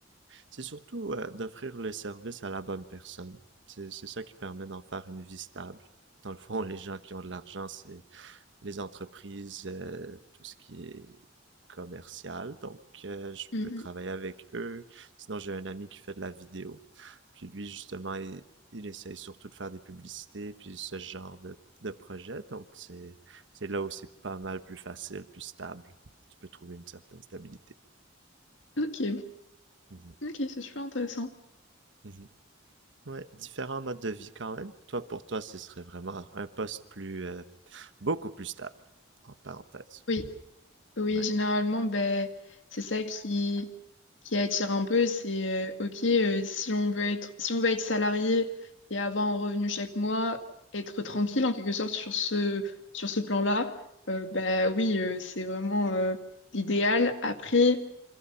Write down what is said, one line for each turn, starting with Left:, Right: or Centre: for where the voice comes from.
Right: c'est surtout euh, d'offrir le service à la bonne personne. C'est c'est ça qui permet d'en faire une vie stable. Dans le fond, les gens qui ont de l'argent, c'est les entreprises, euh, tout ce qui est commercial. Donc, euh, je
Left: Mhm.
Right: peux travailler avec eux. Sinon, j'ai un ami qui fait de la vidéo. Puis lui, justement, il, il essaye surtout de faire des publicités, puis ce genre de, de projet. Donc, c'est, c'est là où c'est pas mal plus facile, plus stable. Tu peux trouver une certaine stabilité.
Left: Ok,
Right: Mhm.
Left: ok, c'est super intéressant.
Right: Mhm. Ouais, différents modes de vie quand même. Toi, pour toi, ce serait vraiment un poste plus, euh, beaucoup plus stable, en parenthèse.
Left: Oui. Oui,
Right: Ouais.
Left: généralement, ben, c'est ça qui, qui attire un peu. C'est euh, OK, euh, si on veut être, si on veut être salarié et avoir un revenu chaque mois, être tranquille en quelque sorte sur ce, sur ce plan-là, euh, ben oui, euh, c'est vraiment euh, l'idéal. Après,